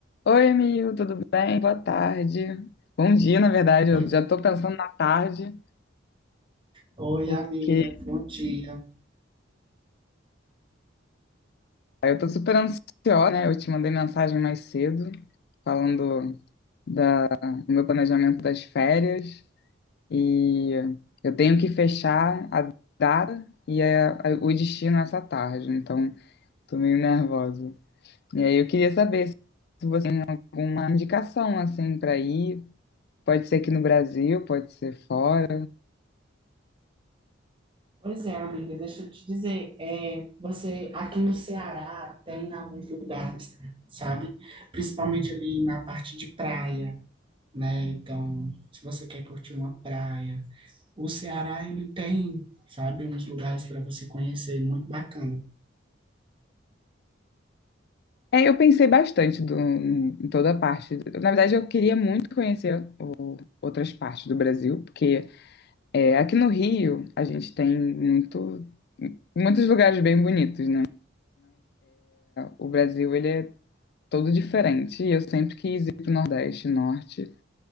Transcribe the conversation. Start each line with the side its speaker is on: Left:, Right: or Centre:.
Left: Oi, amigo, tudo bem? Boa tarde. Bom dia, na verdade.
Right: Oi,
Left: Eu já tô pensando na tarde,
Right: oi,
Left: porque
Right: amiga, bom dia.
Left: eu tô super ansiosa, né? Eu te mandei mensagem mais cedo, falando da- do meu planejamento das férias. E eu tenho que fechar a data e a- a- o destino essa tarde, então tô meio nervosa. E aí eu queria saber se você tem alguma indicação, assim, para ir. Pode ser aqui no Brasil, pode ser fora.
Right: Pois é, amiga, deixa eu te dizer, é, você aqui no Ceará tem alguns lugares, sabe? Principalmente ali na parte de praia, né? Então, se você quer curtir uma praia, o Ceará ele tem, sabe, uns lugares para você conhecer muito bacana.
Left: É, eu pensei bastante do, em toda a parte. do- Na verdade, eu queria muito conhecer outras partes do Brasil, porque é, aqui no Rio a gente tem muito, muitos lugares bem bonitos, né? O Brasil, ele é todo diferente. E eu sempre quis ir para o Nordeste, Norte.